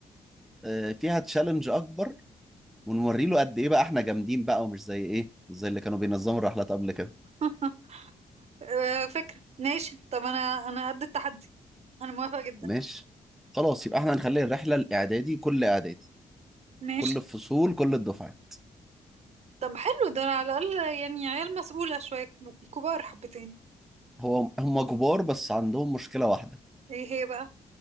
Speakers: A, in the centre; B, on the right.
A: آه، فيها تشالنج اكبر ونوري له قد ايه بقى احنا جامدين بقى ومش زي ايه مش زي اللي كانوا بينظموا الرحلات قبل كده
B: <laughs> آه، فكرة ماشي طب انا انا قد التحدي انا موافقة جدا
A: ماشي خلاص يبقى احنا هنخلي الرحلة الاعدادي كل اعدادي
B: ماشي
A: كل الفصول كل الدفعات
B: طب حلو ده على الاقل يعني عيال مسؤولة شوية كبار حبتين
A: هو هم كبار بس عندهم مشكلة واحدة
B: ايه هي بقى